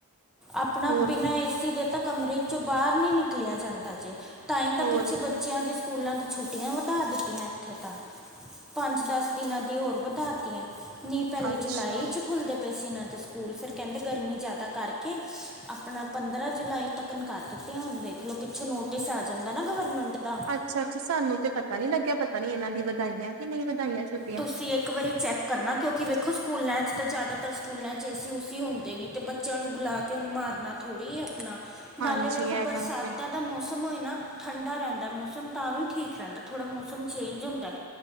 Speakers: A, in the centre; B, on the right.
A: ਅਪਣਾ
B: ਹੋਰ
A: ਬਿਨਾਂ
B: ਕੀ
A: ਏਸੀ ਦੇ ਤਾਂ ਕਮਰੇ ਚੋਂ ਬਾਹਰ ਨੀ ਨਿਕਲਿਆ ਜਾਂਦਾ ਜੇ ਤਾਂ ਹੀ ਤਾਂ
B: ਹੋਰ
A: ਪਿੱਛੇ
B: ਕੀ
A: ਬੱਚਿਆਂ ਦੇ ਸਕੂਲਾਂ ਦੀ ਛੁੱਟੀਆਂ ਵਧਾ ਦਿੱਤੀਆਂ ਇੱਥੇ ਤਾਂ ਪੰਜ ਦਸ ਦਿਨਾਂ ਦੀ ਹੋਰ ਵਧਾਤੀਆਂ। ਨਈਂ
B: ਅੱਛਾ-ਅੱਛਾ
A: ਪਹਿਲੇ ਜੁਲਾਈ ਚ ਖੁਲਦੇ ਪੇ ਸੀਨਾਂ ਦੇ ਸਕੂਲ ਫਿਰ ਕਹਿੰਦੇ ਗਰਮੀ ਜ਼ਿਆਦਾ ਕਰਕੇ ਆਪਣਾ ਪੰਦਰਾਂ ਜੁਲਾਈ ਤੱਕ ਕਰ ਦਿੱਤੇ ਹੁਨ ਵੇਖ ਲੋ ਪਿੱਛੋਂ ਨੋਟਿਸ ਆ ਜਾਂਦਾ ਨਾ ਗਵਰਮੈਂਟ ਦਾ।
B: ਅੱਛਾ ਅੱਛਾ, ਸਾਨੂੰ ਤੇ ਪਤਾ ਨੀ ਲੱਗਿਆ ਪਤਾ ਨੀ ਇਹਨਾਂ ਦੀ ਵਧਾਈਆਂ ਕਿ ਨਈਂ ਵਧਾਈਆਂ ਛੁਟ
A: ਤੁਸੀਂ ਇੱਕ ਵਾਰੀ ਚੈੱਕ ਕਰਨਾ ਕਿਉਂਕਿ ਵੇਖੋ ਸਕੂਲਾਂ ਚ ਤਾਂ ਜ਼ਿਆਦਾਤਰ ਸਕੂਲਾਂ ਚ ਏ ਸੀ ਉਸੀ ਹੁੰਦੇ ਨਈ ਅਤੇ ਬੱਚਿਆਂ ਨੂੰ ਬੁਲਾ ਉਹਨੂੰ ਮਾਰਨਾ ਥੋੜੀ ਏ ਆਪਨਾ ਨਾਲੇ
B: ਹਾਂਜੀ
A: ਵੇਖੋ
B: ਇਹ
A: ਬਰਸਾਤਾਂ
B: ਗੱਲ ਤੇ
A: ਦਾ ਮੌਸਮ ਹੋਏ ਨਾ ਠੰਡਾ ਰਹਿੰਦਾ ਮੌਸਮ ਤਾਂ ਵੀ ਠੀਕ ਰਹਿੰਦਾ ਥੋੜਾ ਮੌਸਮ ਚੇਂਜ ਹੁੰਦਾ